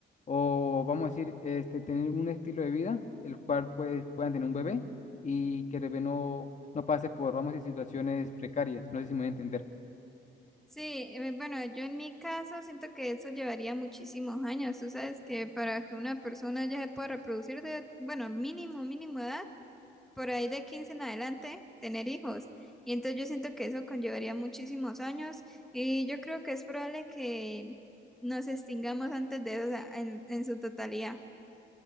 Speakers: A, on the left; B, in the centre.
A: o, vamos a decir, este, tener un estilo de vida el cual pues, puedan tener un bebé y que el bebé no, no pase por, vamos a decir, situaciones precarias. No sé si me voy a entender.
B: Sí, eh, bueno, yo en mi caso siento que eso llevaría muchísimos años. Tú sabes que para que una persona ya se pueda reproducir de, bueno, mínimo, mínimo edad, por ahí de 15 en adelante, tener hijos. Y entonces yo siento que eso conllevaría muchísimos años y yo creo que es probable que nos extingamos antes de eso, o sea, en, en su totalidad.